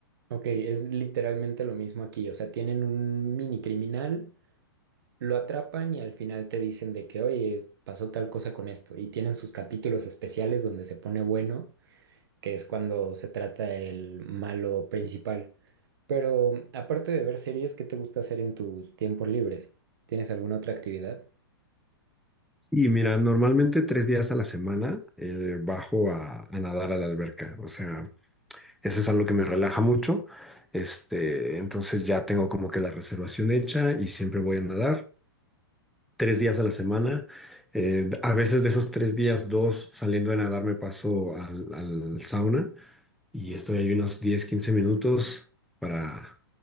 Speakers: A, on the right (about 65°); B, in the centre.
A: ok, es literalmente lo mismo aquí. O sea, tienen un mini criminal. lo atrapan y al final te dicen de que, oye, pasó tal cosa con esto. Y tienen sus capítulos especiales donde se pone bueno, que es cuando se trata el malo principal. Pero aparte de ver series, ¿qué te gusta hacer en tus tiempos libres? ¿Tienes alguna otra actividad?
B: Y mira, normalmente tres días a la semana eh, bajo a, a nadar a la alberca. O sea, Eso es algo que me relaja mucho. Este, entonces ya tengo como que la reservación hecha y siempre voy a nadar tres días a la semana. Eh, a veces de esos tres días, dos saliendo a nadar me paso al, al sauna y estoy ahí unos 10 15 minutos para,